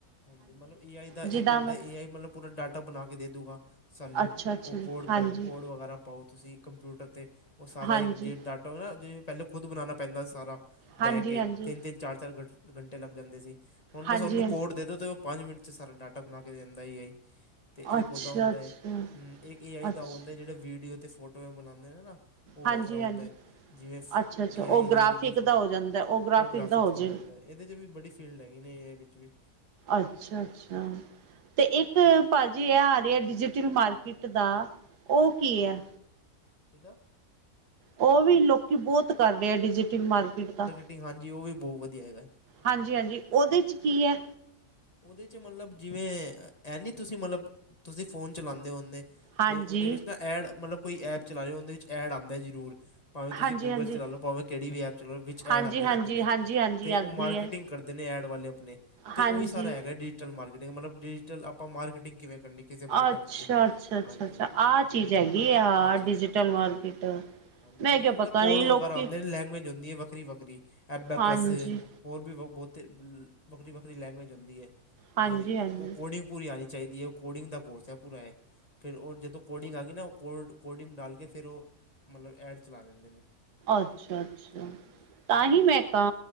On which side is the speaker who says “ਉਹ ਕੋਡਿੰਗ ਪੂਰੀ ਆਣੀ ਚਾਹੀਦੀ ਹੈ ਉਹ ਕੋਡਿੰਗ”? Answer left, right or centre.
Left